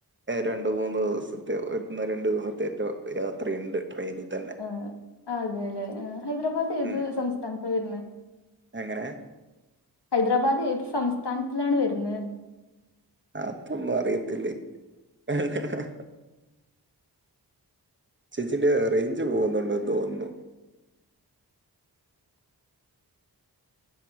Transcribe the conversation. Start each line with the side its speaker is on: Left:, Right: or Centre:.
Right: രണ്ട് മൂന്ന് ദിവസത്തെയോ ഒന്ന് രണ്ടു ദിവസത്തറ്റോ യാത്രയുണ്ട് ട്രെയിനിൽ തന്നെ.
Left: ആ അതെലേ ആ ഹൈദരാബാദ് ഏത്
Right: ഉം.
Left: സംസ്ഥാനത്ത് വരുന്നെ
Right: എങ്ങനെ
Left: ഹൈദരാബാദ് ഏത് സംസ്ഥാനത്തിലാണ് വരുന്നേന്ന്
Right: ആ അതൊന്നും അറിയത്തില്ലേ ആ ചേച്ചിന്റെ റേഞ്ച് പോകുന്നുണ്ടെന്ന് തോന്നുന്നു